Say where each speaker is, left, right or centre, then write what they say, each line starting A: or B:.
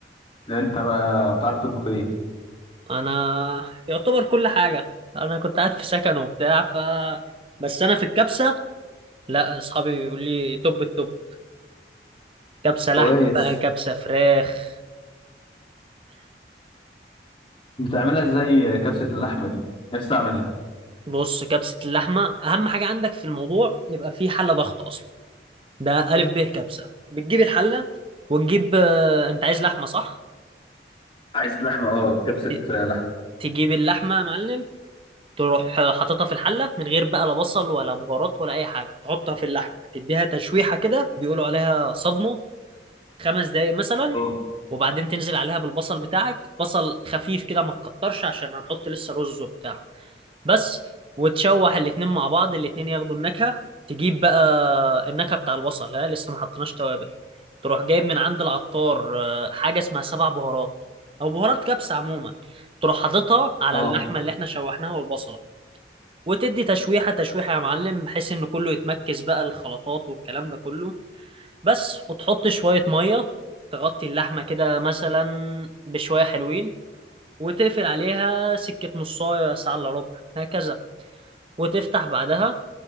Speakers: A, on the left; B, on the right.
A: انت بقى بتعرف تطبخ ايه
B: انا يعتبر كل حاجة انا كنت قاعد في سكن وبتاع ف بس انا في الكبسة لا اصحابي بيقول لي توب التوب كبسة لحمة
A: كويس
B: بقى كبسة فراخ
A: بتعملها زي كبسه اللحمه دي نفسي اعملها
B: بص كبسة اللحمة اهم حاجة عندك في الموضوع يبقى في حلة ضغط اصلا ده ألف ب كبسة بتجيب الحلة وتجيب آه، أنت عايز لحمة صح؟
A: عايز لحمة اه كبسة
B: ت-
A: آه، لحمة
B: تجيب اللحمة يا معلم تروح آه، حاططها في الحلة من غير بقى لا بصل ولا بهارات ولا أي حاجة تحطها في اللحمة تديها تشويحة كده بيقولوا عليها صدمة خمس دقايق مثلا
A: اه
B: وبعدين تنزل عليها بالبصل بتاعك بصل خفيف كده ما تكترش عشان هنحط لسه رز وبتاع بس وتشوح الاتنين مع بعض الاتنين ياخدوا النكهة تجيب بقى النكهة بتاع البصل ها لسه ما حطيناش توابل تروح جايب من عند العطار آه، حاجة اسمها سبع بهارات أو بهارات كبسة عموما تروح حاططها على
A: اه
B: اللحمة اللي احنا شوحناها والبصلة وتدي تشويحة تشويحة يا معلم بحيث إن كله يتمركز بقى الخلطات والكلام ده كله بس وتحط شوية مية تغطي اللحمة كده مثلا بشوية حلوين وتقفل عليها سكة نصاية ساعة إلا ربع هكذا وتفتح بعدها